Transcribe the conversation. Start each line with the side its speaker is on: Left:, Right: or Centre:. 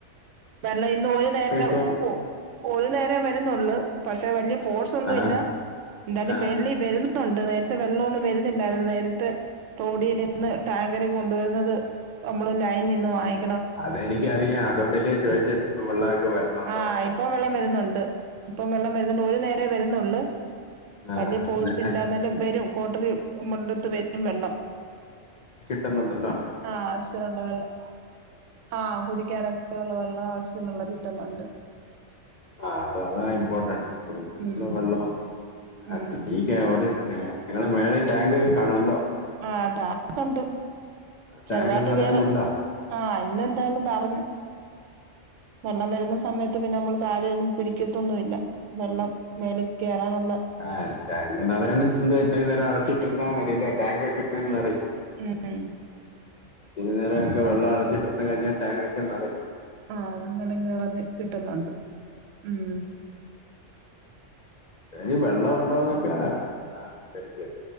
Right: വെള്ളം ഇന്ന് ഒരു നേരം
Left: ഇപ്പം
Right: പോ ഒരു നേരെ വരുന്നൊള്ള് പക്ഷെ വലിയ ഫോഴ്സ് ഒന്നുമില്ല
Left: ആ
Right: എന്തായാലും
Left: ആ
Right: വെള്ളി വരുന്ന ണ്ട് നേരത്തെ വെള്ളമൊന്നും വരുന്നില്ലാരുന്നു നേരത്തെ ടോഡിൽ നിന്ന് ടാങ്കറിൽ കൊണ്ടുവരുന്നത് നമ്മള് ലൈൻ നിന്ന് വാങ്ങി
Left: അതെനിക്കറിയാം അതൊ ണ്ടല്ലേ ചോദിച്ചപ്പം വെള്ളോക്കെ വരുന്നു ണ്ടോന്ന്
Right: ആഹ് ഇപ്പം വെള്ളം വരുന്നുണ്ട് ഇപ്പം വെള്ളം വരുന്നുണ്ട് ഒരു നേര വരുന്നുള്ളു
Left: ആ
Right: വല്യയ പോഴ്സ്
Left: എന്നാ-
Right: ഇല്ലാ എന്നാലും വരും കോട്ടറി മുണ്ടത്ത് വരും വെള്ളം
Left: വരുന്നുണ്ടല്ലോ
Right: ആഹ് അവശ്യത്തിനുള്ള വെള്ളം ആഹ് കുടിക്കാനൊക്കെ ഉള്ള വെള്ളം ആവശ്യത്തിനുള്ള കിട്ടുന്നുണ്ട്
Left: ആ അത അതാ
Right: ഉം
Left: ഇമ്പോർട്ടന് കുടിക്കാനുള്ള
Right: ഉം
Left: വെള്ളവും ആ
Right: ഉം
Left: <unintelligible> <unintelligible> നിങ്ങള മേളെ ടാങ്ക് ഒക്കെ കാണുമല്ലോ
Right: ആഹ് ഡാങ്ക്ണ്ട്
Left: ആ,
Right: ചെറുതായിട്ട്
Left: ടാങ്ക് നിറയുന്നുണ്ടോ
Right: കേറും ആഹ് ഇന്ന എന്തായും നറഞ്ഞ് വെള്ളം വരുന്ന സമയത്ത് പിന്നെ നമ്മള് താഴെയൊന്നും പിടിക്കത്തൊന്നുമില്ല വെള്ളം മേല് കയറാനുള്ള
Left: ആഹ്ടാങ്ക് നിറയണ ന്ത വെച്ച നേരം അടച്ചിട്ടിന്ന അറല്ലേ ടാക് ഒക്കെ ഇപ്പ നിറയും
Right: ഉം
Left: തിരിനര ഒക്കെ
Right: അതെ
Left: വെള്ളം അച്ചത്തിട്ട് വന്ന് കഴിഞ്ഞാൽ ടാങ്ക് ഒക്കെ നിറയും
Right: ആഹ് അ അങ്ങനൊക്കെളഞ്ഞ കിട്ടുന്നുണ്ട് ഉം
Left: എടി വെള്ളം ഉണ്ടോന്നൊക്കെ ആ ശെരിക്കും